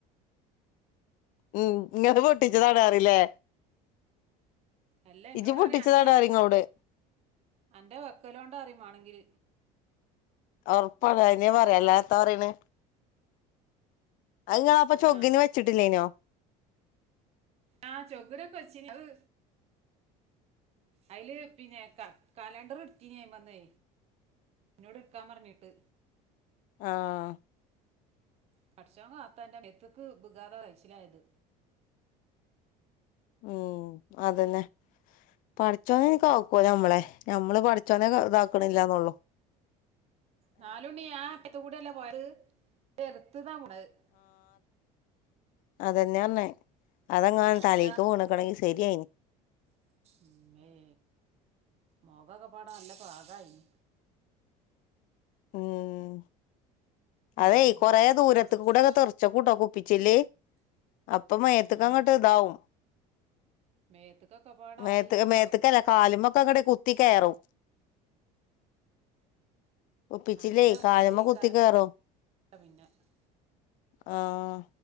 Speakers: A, on the left; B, on the right.
A: ഉം ഇങ്ങള് പൊട്ടിച്ചതാണറില്ലെ
B: അല്ല എന്നോട്
A: ഇജങ പൊട്ടിച്ചതാണ്
B: പറയാം എൻ്റെ
A: ആരിങ്ങോട്
B: അന്റെ വെക്കലോണ്ടാറിം മാണങ്കിൽ
A: ഒറപ്പാണ് അതിനേ പറയാല്ലാത്താ പറിണ് അഇങ്ങള് അപ്പൊ
B: ആ
A: ചൊഗ്ഗിന്ന് വെച്ചിട്ടില്ലേനോ
B: ആഹ് ചൊഗ്‌നൊക്കെ വച്ചിനി അഹ് അതില് പിന്നെ കലണ്ടർ എടുത്തീനി അയ്മന്നേ എന്നോട്ടുക്കാ പറഞ്ഞിട്ട്
A: ആഹ്
B: പടച്ചോൻ കാത്തേന്നേ മേത്തക്ക് വികാതെകഴിച്ചിലായതന്നെ
A: ഓ അതന്നെ പഠിച്ചോന്ന് കാക്കോല്ലമ്മളെ ഞമ്മള് പഠിച്ചോന്നെ ഇതാക്കണില്ലന്നള്ളു
B: നാല് മണി ആഹ് അപ്പത്ത കൂടെല്ല പോയത് ചെറുത്ത്താ <unintelligible>
A: അതെന്നെയ പറഞ്ഞെ അതെങ്ങാ
B: അല്ല
A: തലേക്ക് വീണ്ക്കണെങ്കിൽ ശരിയായിന്
B: ഉന്നേ മോകോക്ക പാടാ അല്ല പാകായിന്
A: ഉം അതെ
B: ഉം
A: കൊറേ ദൂരത്ത്
B: പാകത്ത്
A: കൂടെ ഒക്കെ തെറച്ച് കൂട്ടൊ കുപ്പിച്ചില്ലേ അപ്പൊ മയത്ത്ക്ക
B: ഉം
A: അങ്ങോട്ട് ഇതാവും
B: മേത്ത്ക്കൊക്കെ പാടായിപ്പോ
A: മേത്ത് മേത്ത്ക്കല്ല കാലുമൊക്കെടെ കു ത്തികയറും കുപ്പിച്ചില്ലേ
B: നല്ല
A: കാല്മ്മ
B: വിളിയേക്കാരം
A: കുത്തി കയറും
B: <unintelligible>
A: ആഹ്